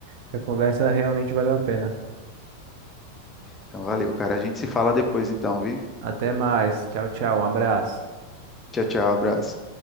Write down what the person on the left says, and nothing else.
Então, valeu, cara. A gente se fala depois, então, viu?
Tchau, tchau, abraço.